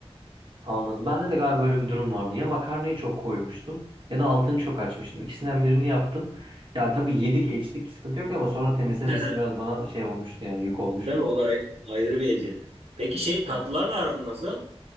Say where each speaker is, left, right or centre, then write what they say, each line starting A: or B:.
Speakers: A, on the right; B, on the right.
A: anladım. Bende de galiba böyle bir durum vardı. Ya makarnayı çok koymuştum ya da altını çok açmıştım. İkisinden birini yaptım. Yani tabii yedik içtik sıkıntı yok ama sonra temizlemesi
B: <laughs>
A: biraz bana şey olmuştu yani yük olmuştu.
B: Değil mi? O da ay- ayrı bir eziyet. Peki şey
A: Evet.
B: tatlılarla aran nasıl?